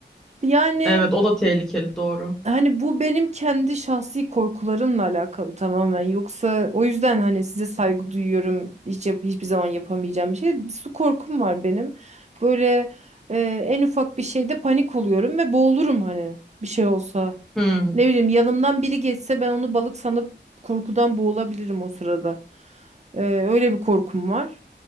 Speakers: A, on the right; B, in the centre.
A: Yani
B: Evet o da tehlikeli doğru.
A: Hani bu benim kendi şahsi korkularımla alakalı tamamen. Yoksa o yüzden hani size saygı duyuyorum. Hiç yap- hiçbir zaman yapamayacağım bir şey. Su korkum var benim. Böyle e, en ufak bir şeyde panik oluyorum ve boğulurum hani bir şey olsa.
B: Hmm,
A: Ne bileyim yanımdan biri geçse ben onu balık sanıp korkudan boğulabilirim o sırada. E, öyle bir korkum var.